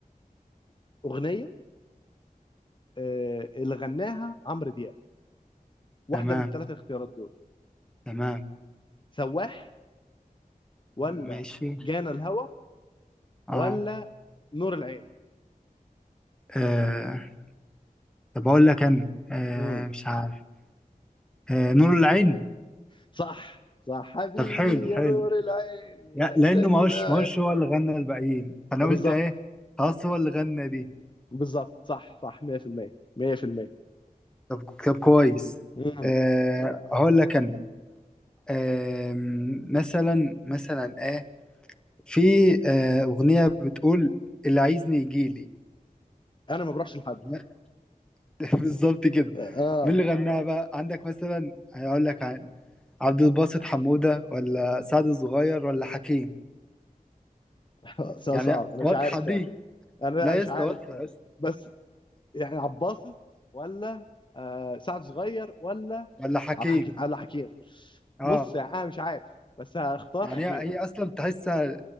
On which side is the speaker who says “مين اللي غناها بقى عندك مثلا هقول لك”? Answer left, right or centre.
Centre